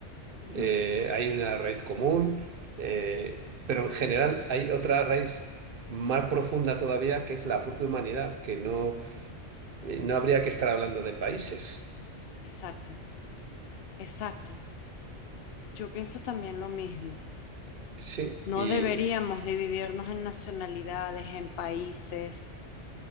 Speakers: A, on the left; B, on the right.
A: Ujú,
B: Eh, hay una raíz común, eh, pero en general hay otra raíz más profunda todavía que es la propia humanidad, que no, eh, no habría que estar hablando de países.
A: Exacto, exacto. Yo pienso también lo mismo.
B: Sí,
A: No
B: y
A: deberíamos dividirnos en nacionalidades, en países.